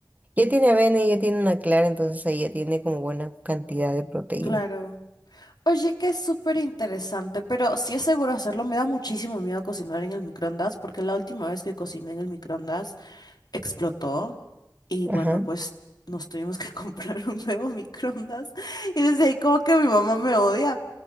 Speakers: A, on the right; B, on the left.
A: ya tiene avena y ya tiene una clara, entonces ahí ya tiene como buena cantidad de proteína.
B: Claro. Oye, que es súper interesante, pero si es seguro hacerlo, me da muchísimo miedo cocinar en el microondas, porque la última vez que cociné en el microondas explotó y
A: Ajá.
B: bueno, pues nos tuvimos que <laughs> comprar un nuevo microondas y desde ahí como que mi mamá me odia,